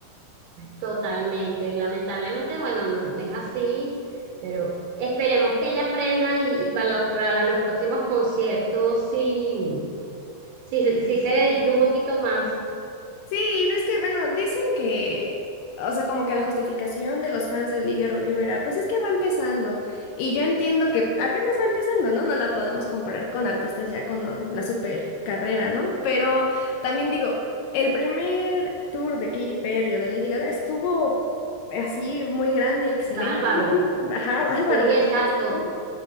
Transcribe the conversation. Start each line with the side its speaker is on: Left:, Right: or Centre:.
Right: totalmente. Lamentablemente, bueno, n- es así, pero esperemos que ella aprenda y, y para los, para los próximos conciertos sí, sí, se- sí se dedique un poquito más.
Left: Sí, ves que, bueno, dicen que, o sea, como que la justificación de los fans de Olivia Rodrigo era, pues es que va empezando. Y yo entiendo que apenas va empezando, ¿no? No la podemos comparar con artistas ya con uh, la super carrera, ¿no? Pero también digo, el primer tour de Katy Perry o de Lady Gaga estuvo así muy grande y excelente.
Right: Bárbaro.
Left: <laughs> Ajá,
Right: Sí,
Left: bárbaro.
Right: exacto.
Left: y pues, ¿no?